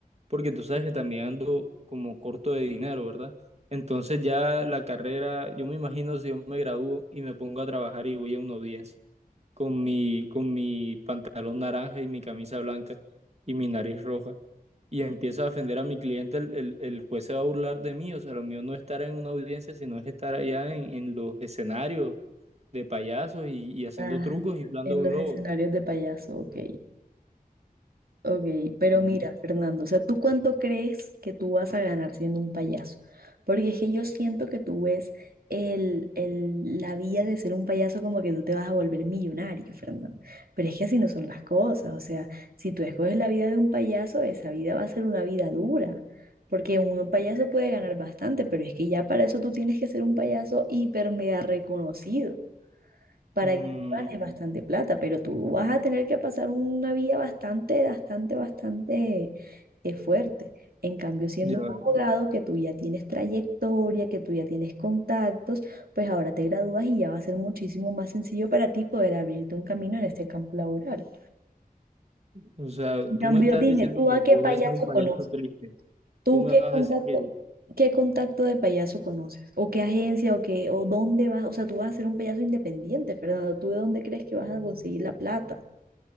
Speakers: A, on the right; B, on the right.
A: porque tú sabes que también ando como corto de dinero, ¿verdad? Entonces ya la carrera, yo me imagino si yo me gradúo y me pongo a trabajar y voy a una audiencia con mi, con mi pantalón naranja y mi camisa blanca y mi nariz roja. Y empiezo a defender a mi cliente, el, el- el juez se va a burlar de mí. O sea, lo mío no es estar en una audiencia, sino es estar allá en, en los escenarios de payasos y, y haciendo
B: Ajá,
A: trucos, inflando
B: en
A: globos.
B: los escenarios de payaso, ok. Ok, pero
A: Ujú.
B: mira, Fernando, o sea, ¿tú cuánto crees que tú vas a ganar siendo un payaso? Porque es que yo siento que tú ves el, el- la vía de ser un payaso como que tú te vas a volver millonario, Fernando. Pero es que así no son las cosas, o sea, si tú escoges la vida de un payaso, esa vida va a ser una vida dura. Porque un payaso puede ganar bastante, pero es que ya para eso tú tienes que ser un payaso hiper mega reconocido para
A: Mm,
B: que tú ganes bastante plata, pero tú vas a tener que pasar una vía bastante, bastante, bastante eh, fuerte. En cambio, siendo
A: ya,
B: un
A: veo.
B: abogado que tú ya tienes trayectoria, que tú ya tienes contactos, pues ahora te gradúas y ya va a ser muchísimo más sencillo para ti poder abrirte un camino en este campo laboral.
A: o sea,
B: En
A: tú
B: cambio,
A: me estás
B: dime,
A: diciendo
B: ¿tú
A: que
B: a qué
A: yo
B: payaso
A: voy a ser un payaso
B: conoces?
A: triste.
B: ¿Tú
A: Tú me
B: qué
A: vas
B: contacto,
A: a decir que,
B: qué contacto de payaso conoces? ¿O qué agencia o qué, o dónde vas? O sea, tú vas a ser un payaso independiente, Fernando. ¿Tú de dónde crees que vas a conseguir la plata?